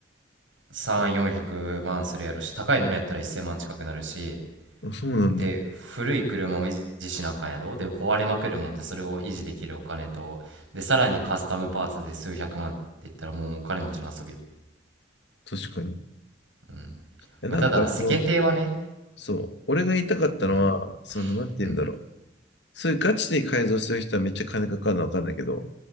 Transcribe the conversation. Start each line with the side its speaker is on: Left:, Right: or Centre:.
Right: 3、400万するやろし、高いのやったら1000万近くなるし、
Left: あ、そうなんだ。
Right: で、古い車も維持しなあかんやろ。で、壊れまくるもんで、それを維持できるお金と、で、さらにカスタムパーツで数百万って言ったら、もうお金持ちの遊びよ。
Left: 確かに。
Right: うん。
Left: えなんかその、
Right: まあ、ただ、世間体はね、
Left: そう、俺が言いたかったのは、
Right: うん、
Left: その、なんて言うんだろう。
Right: うん、
Left: そういうガチで改造する人はめっちゃ金かかるのわかんないけど、